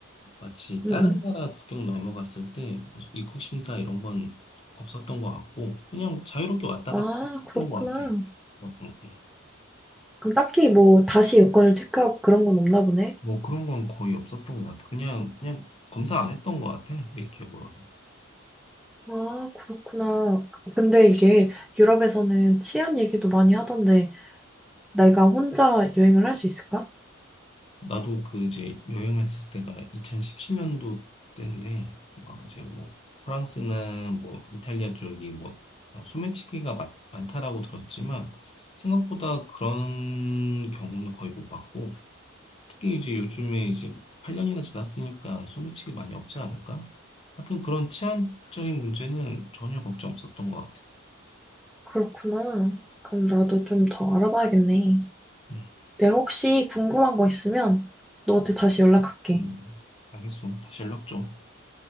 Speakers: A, on the left; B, in the centre.
A: 마치 다른
B: 응, 응.
A: 나라 국경 넘어갔을 때 입국 심사 이런 건 없었던 것 같고 그냥 자유롭게 왔다
B: 아,
A: 갔다 했던
B: 그렇구나.
A: 것 같아. 어, 어, 어.
B: 그럼 딱히 뭐 다시 여권을 체크하고 그런 건 없나 보네?
A: 뭐 그런 건 거의 없었던 것 같아. 그냥 그냥 검사 안 했던 것 같아 내 기억으로도.
B: 아, 그렇구나. 근데 이게 유럽에서는 치안 얘기도 많이 하던데 내가 혼자 여행을 할 수 있을까?
A: 나도 그 이제 여행했을 때가 2017년도 때인데 막 이제 뭐 프랑스나 뭐 이탈리아 쪽이 뭐 어, 소매치기가 많, 많다라고 들었지만 생각보다 그런 경우는 거의 못 봤고. 특히 이제 요즘에 이제 8년이나 지났으니까 소매치기 많이 없지 않을까? 하여튼 그런 치안적인 문제는 전혀 걱정 없었던 것 같아.
B: 그렇구나. 그럼 나도 좀 더 알아봐야겠네.
A: 음,
B: 내가 혹시 궁금한 거 있으면 너한테 다시 연락할게.
A: 음. 알겠어. 다시 연락 줘.